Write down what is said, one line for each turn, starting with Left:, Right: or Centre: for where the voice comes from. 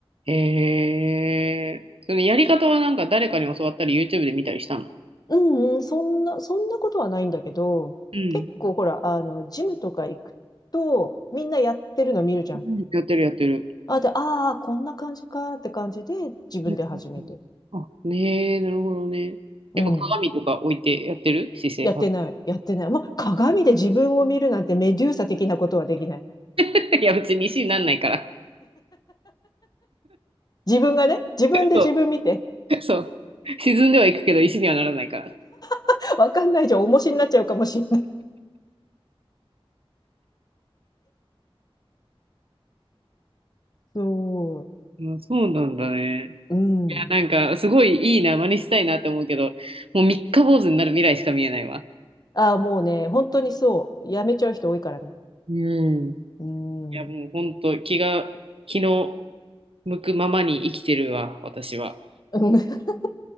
Right: ん。へえ。そのやり方はなんか誰かに教わったり YouTube で見たりしたの
Left: うんうん、そんな、そんなことはないんだけど、
Right: うん。
Left: 結構ほら、あの、ジムとか行くと、みんなやってるの見るじゃん。
Right: うんやってるやってる。
Left: あ、で、ああ、こんな感じかって感じで、自分で始めて。
Right: うんうんうん。あ、ねえ、なるほどね。やっぱ鏡とか置いてやってる姿勢が。
Left: うん。やってない、やってない。まあ、鏡で自分を見るなんてメデューサ的なことはできない。
Right: <laughs> いや、別に石になんないから。
Left: 自分がね、自分で自分見て、
Right: そう。そう。沈んではいくけど石にはならないから。
Left: <laughs> わかんないじゃん、重しになっちゃうかもしれない。そ
Right: あ、そうなんだね。
Left: う。うん。
Right: なんか、すごいいいな、真似したいなって思うけど、もう三日坊主になる未来しか見えないわ。
Left: ああ、もうね、本当にそう。やめちゃう人多いからね。
Right: うん。い
Left: うん。
Right: や、もう本当、
Left: うん。
Right: 気が気の向くままに生きてるわ、私は。
Left: <laughs>